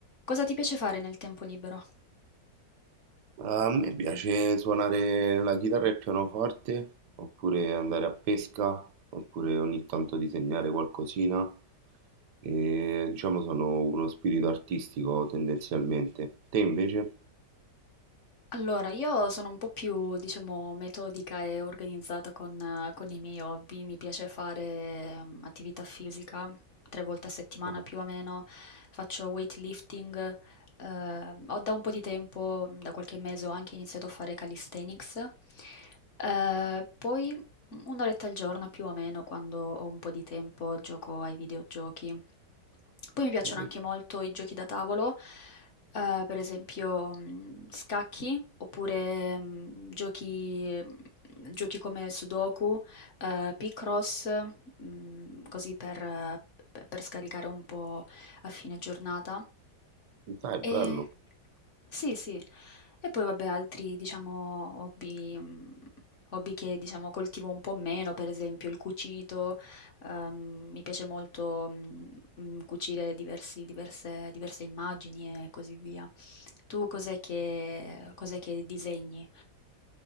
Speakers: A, on the left; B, on the right.
A: Cosa ti piace fare nel tempo libero?
B: A me piace suonare la chitarra e il pianoforte, oppure andare a pesca, oppure ogni tanto disegnare qualcosina. E diciamo sono uno spirito artistico tendenzialmente. Te invece?
A: Allora, io sono un po' più, diciamo, metodica e organizzata con, eh, con i miei hobby. Mi piace fare mm, attività fisica tre volte a settimana
B: Ah,
A: più o meno. Faccio weightlifting. eh, ho da un po' di tempo, mm, da qualche mese, ho anche iniziato a fare calisthenics. Eh, poi mm, un'oretta al giorno più o meno, quando ho un po' di tempo, gioco ai videogiochi. Poi mi piacciono
B: dai,
A: anche molto i giochi da tavolo. Eh, per esempio, mh, scacchi oppure mh, giochi, mm, giochi come Sudoku, eh, Picross, mh, così per, eh, per scaricare un po' a fine giornata.
B: dai,
A: E
B: bello.
A: sì, sì. E poi vabbè, altri, diciamo, hobby, mh, hobby che diciamo coltivo un po' meno, per esempio il cucito, ehm, mi piace molto mh, mhmm, cucire diversi diverse diverse immagini e così via. Tu cos'è che cos'è che disegni?